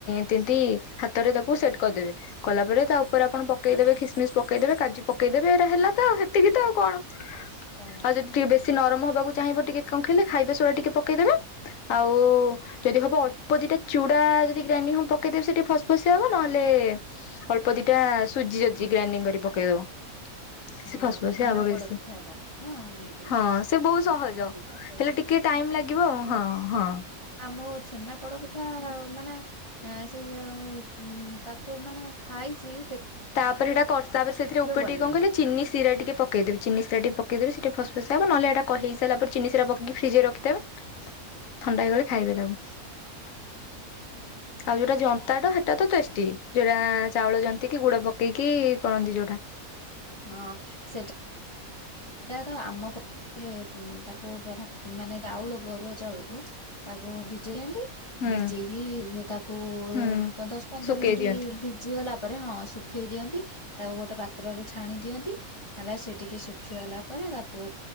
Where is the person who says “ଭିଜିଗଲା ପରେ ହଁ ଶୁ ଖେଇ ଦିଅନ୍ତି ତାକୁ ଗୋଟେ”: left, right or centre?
Left